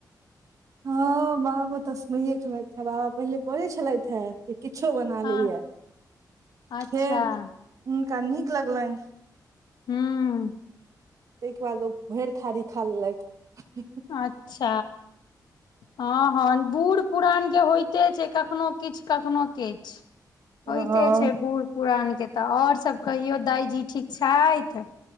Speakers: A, on the right; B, on the left.
A: हँ बाबो तस्मैइए खेलैत छलेथि हे बाबा पहिले बाजे छलथि हे किछो बना लेया
B: हँ अच्छा
A: फेर हुनका नीक लगलनि
B: हूं
A: ताहिके बाद ओ भैरि थारी खा लेलक <inaudible>
B: अच्छ हँ हँ बूढ़ पुरान के होइते छै कखनो किछ कखनो किछ होइते
A: हँ
B: छै बूढ़ पुरान के तऽ और सब कहियो दाइजी ठीक छथि